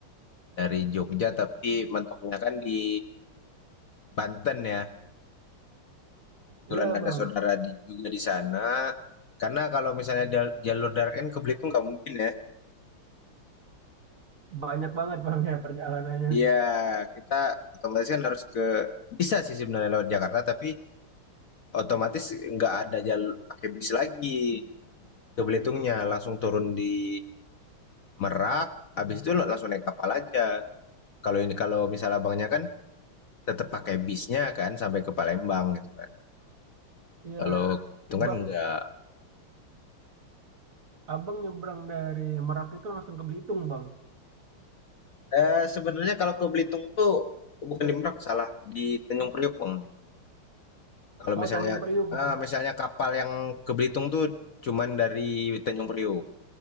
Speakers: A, on the left (about 55°); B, on the right (about 55°).
A: dari Jogja tapi mentoknya kan di Banten ya. kebetulan
B: Iya
A: ada
B: Bang,
A: saudara di, juga di sana. Karena kalau misalnya jal- jalur darat kan ke Belitung nggak mungkin ya.
B: banyak banget <laughs> Bang ya perjalanannya.
A: Iya, kita otomatis kan harus ke bisa sih sebenarnya lewat Jakarta, tapi otomatis nggak ada jalur pakai bis lagi ke Belitungnya, langsung turun di Merak, habis itu lo langsung naik kapal aja. Kalau ini kalau misal abangnya kan tetap pakai bisnya kan sampai ke Palembang gitu kan.
B: Iya.
A: Kalau ke Belitung kan
B: Bang,
A: nggak.
B: Abang nyebrang dari Merak itu langsung ke Belitung Bang.
A: Eh, sebenarnya kalau ke Belitung tuh bukan di Merak salah di Tanjung Priok bang Kalau
B: Oh,
A: misalnya
B: Tanjung Priuk
A: ah,
B: Bang
A: misalnya
B: ya.
A: kapal yang ke Belitung tuh cuman dari Tanjung Priok